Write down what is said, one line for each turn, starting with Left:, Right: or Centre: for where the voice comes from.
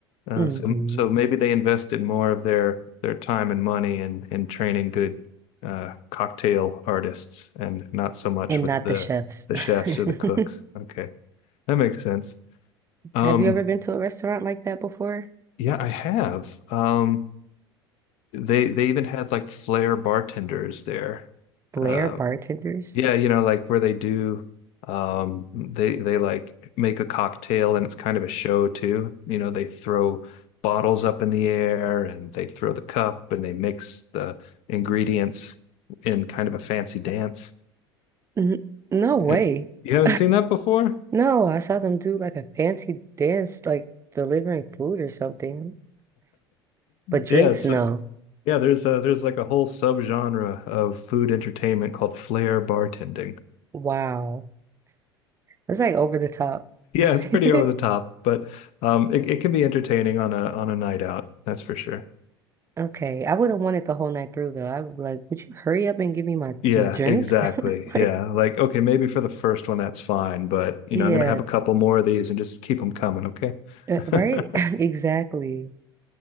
Left: Uh,
Right: hmm
Left: so, so maybe they invested more of their their time and money in in training good uh, cocktail artists, and not so much
Right: And
Left: with
Right: not
Left: the
Right: the chefs.
Left: the chefs
Right: <laughs>
Left: or the cooks. Okay, that makes sense. Um,
Right: Have you ever been to a restaurant like that before?
Left: yeah, I have. Um, they they even had like flair bartenders there,
Right: Blair
Left: uh,
Right: bartenders?
Left: Yeah, you know, like where they do um they they like make a cocktail and it's kind of a show too. You know, they throw bottles up in the air and they throw the cup and they mix the ingredients in kind of a fancy dance.
Right: N no way.
Left: And
Right: <laughs>
Left: you haven't seen that before?
Right: No, I saw them do like a fancy dance, like delivering food or something. But drinks,
Left: Yeah, so
Right: no.
Left: yeah, there's uh there's like a whole subgenre of food entertainment called flair bartending.
Right: Wow. It's like over the top.
Left: Yeah,
Right: <laughs>
Left: it's pretty over the top, but um it, it can be entertaining on a on a night out, that's for sure.
Right: Okay, I wouldn't want it the whole night through though. I would be like, would you hurry up and give me my
Left: Yeah,
Right: my drink?
Left: exactly.
Right: <laughs> Like,
Left: Yeah. Like, okay, maybe for the first one, that's fine. But, you
Right: yeah,
Left: know, I'm going to have a couple more of these and just keep them coming. Okay.
Right: uh,
Left: <laughs>
Right: right? <laughs> Exactly.